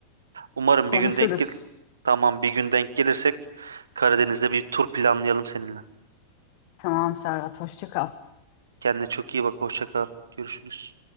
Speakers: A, on the right; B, on the left.
A: Umarım
B: Konuşuruz.
A: bir gün denk gel. Tamam bir gün denk gelirsek Karadeniz'de bir tur planlayalım seninle.
B: Tamam Serhat. Hoşça kal.
A: Kendine çok iyi bak. Hoşça kal. Görüşürüz.